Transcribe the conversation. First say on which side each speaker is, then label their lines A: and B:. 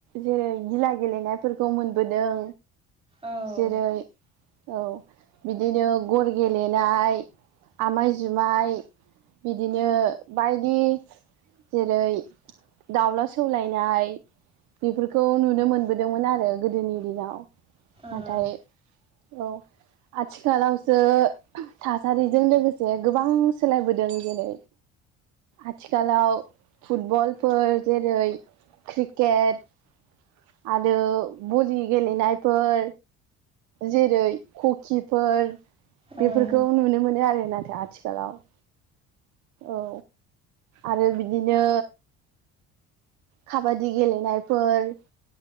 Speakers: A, on the right; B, on the right.
A: जेरै गिला गेलेनायफोरखौ मोनबोदों
B: औ
A: जेरै औ बिदिनो गर गेलेनाय आमाय जुमाय बिदिनो बायदि जेरै दाउला सौलायनाय बेफोरखौ नुनो मोनबोदोंमोन आरो गोदोनि दिनाव
B: उम
A: नाथाय औ आथिखालावसो थासारिजों लोगोसे गोबां सोलायबोदों जेरै आथिखालाव फुटबलफोर, जेरै क्रिकेट, आरो बलि गेलेनायफोर जेरै हकि फोर
B: उम
A: बेफोरखौ नुनो मोनो आरो नाथाय आथिखालाव औ आरो बिदिनो खाबादि गेलेनायफोर